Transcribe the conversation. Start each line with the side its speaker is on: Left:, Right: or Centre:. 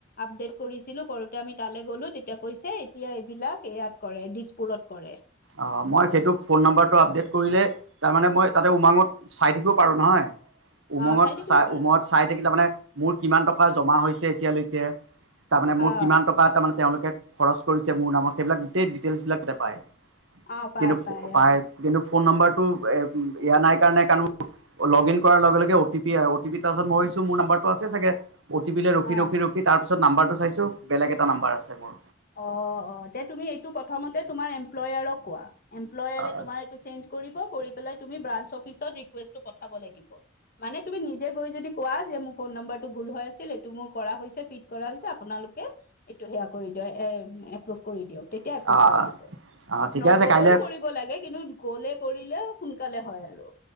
Left: আপডেট কৰিছিলো কৰোতে আমি তালৈ গ'লো তেতিয়া কৈছে এতিয়া এইবিলাক ইয়াত কৰে দিছপুৰত কৰে।
Right: অ মই সেইটো ফোন নম্বটো আপডেট কৰিলে, তাৰমানানে মই তাতে উমাঙত চাই থাকিব পাৰো নহয়। উমঙত
Left: অ থাকিব
Right: চাই
Left: পাৰা
Right: উমঙত চাই থাকিলে তাৰ মানে মোৰ কিমান টকা জমা হৈছে এতিয়ালৈকে তাৰ মানে মোৰ
Left: অ
Right: কিমান টকা তাৰ মানে তেওঁলোকে খৰচ কৰিছে মোৰ নামত। সেইবিলাক গোটেই ডিটেইলছবিলাক তাতে পায়।
Left: অ পাই
Right: কিন্তু পাই
Left: অ
Right: কিন্তু ফোন নম্বাৰটো এয়া নাই কাৰণে কাৰণ মোৰ লগ ইন কৰাৰ লগে অ টি পি আহে, অ টি পি তাৰ পাছত মই ভাবিছো মোৰ নাম্বৰটো আছে চাগে? অ'টি পিলে ৰখি
Left: অ
Right: ৰখি ৰখি তাৰপিছত নাম্বাৰটো চাইছোঁ বেলেগ এটা নাম্বাৰ আছে মোৰ।
Left: অ অ এতিয়া তুমি এইটো প্ৰথমতে তোমাৰ এমপ্লয়াৰক কোৱা। এমপ্লয়াৰে
Right: আহ
Left: তোমাৰ এইটো চেঞ্জ কৰিব, কৰি কৰি পেলাই তুমি ব্ৰাঞ্চ অফিচত ৰিকোষ্টটো পথাব লাগিব, মানে তুমি নিজে গৈ যদি কোৱা মোৰ ফোন নম্বৰ টো ভুল হৈ আছিল এইটো মোৰ কৰা হৈছে পি কৰা হৈছে আপোনালোকে এইটো সেয়া কৰি দিয় এ এপ্ৰুভ কৰি দিয়ক। তেতিয়া
Right: আহ
Left: এপ্ৰুভ কৰি দিব।
Right: আহ ঠিকে
Left: নগলেও
Right: আছে কাইলৈ
Left: কৰিব লাগে কিন্তু গ'লে কৰিলে সোনকালে হয় আৰু।